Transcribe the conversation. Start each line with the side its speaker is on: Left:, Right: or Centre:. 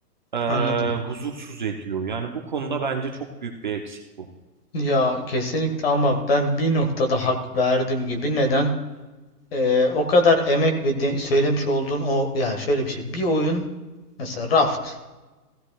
Right: eee,
Left: anladım.
Right: huzursuz ediyor. Yani bu konuda bence çok büyük bir eksik bu.
Left: Ya kesinlikle ama ben bir noktada hak verdim gibi. Neden? Ee, o kadar emek ve de- söylemiş olduğun o ya şöyle bir şey. Bir oyun mesela Raft